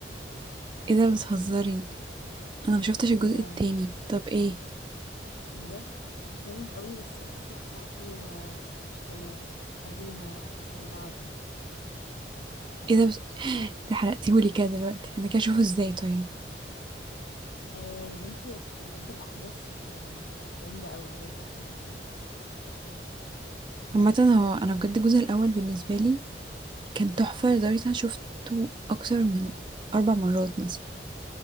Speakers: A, on the right; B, on the left.
A: ايه ده بتهزري انا ما شفتش الجزء
B: أيوة
A: التاني طب ايه
B: بجد جامد قوي بس القفلة بتاعته آه، مش حلوة حزينة يعني سوا بعض
A: ايه ده بت... انت حرقتيهولي كده دلوقتي انا كده اشوفه ازاي طيب
B: آه يا بنتي بس بجد الأحداث آه، جامدة قوي بجد لازم تشوفيها
A: عامة هو انا بجد الجزء الاول بالنسبة لي كان تحفة لدرجة انا شفته اكتر من اربع مرات مثلا